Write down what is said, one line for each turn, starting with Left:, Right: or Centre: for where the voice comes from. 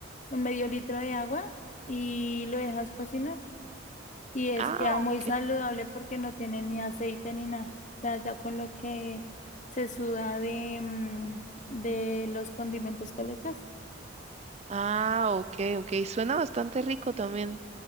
Left: un medio litro de agua y lo dejas cocinar. Y es
Right: Ah,
Left: queda muy
Right: ok.
Left: saludable porque no tiene ni aceite ni nada. O sea, ya con lo que se suda de, mm, de los condimentos que le echaste.
Right: Ah, ok, ok. Suena bastante rico también.